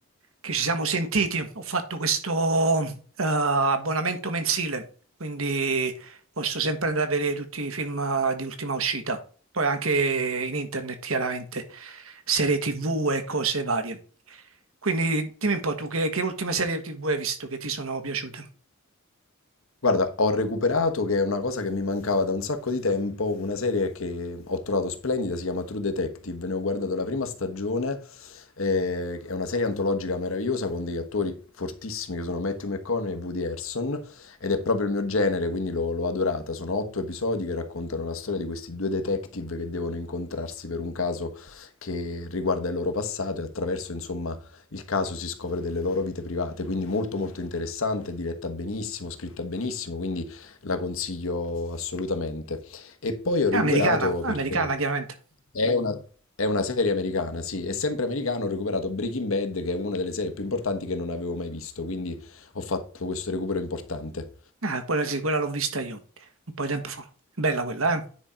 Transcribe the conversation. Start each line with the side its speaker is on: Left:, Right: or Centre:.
Right: che ci siamo sentiti, ho fatto questo eh, abbonamento mensile, quindi posso sempre andare a vedere tutti i film eh, di ultima uscita, poi anche in internet, chiaramente, serie TV e cose varie. Quindi dimmi un po' tu che, che ultime serie TV hai visto che ti sono piaciute?
Left: Guarda, ho recuperato, che è una cosa che mi mancava da un sacco di tempo, una serie che ho trovato splendida, si chiama True Detective, ne ho guardato la prima stagione, eh, è una serie antologica meravigliosa con degli attori fortissimi che sono Matthew McConaughey e Woody Harrelson ed è proprio il mio genere, quindi l'ho l'ho adorata. Sono otto episodi che raccontano la storia di questi due detective che devono incontrarsi per un caso che riguarda il loro passato e attraverso, insomma, il caso si scopre delle loro vite private, quindi molto molto interessante, diretta benissimo, scritta benissimo, quindi la consiglio assolutamente. E poi ho
Right: È
Left: recuperato
Right: americana, americana
Left: perché
Right: chiaramente.
Left: è una, è una serie americana, sì, è sempre americana, ho recuperato Breaking Bad, che è una delle serie più importanti che non avevo mai visto, quindi ho fatto questo recupero importante.
Right: Ah, quella sì, quella l'ho vista io un po' di tempo fa. Bella quella, eh?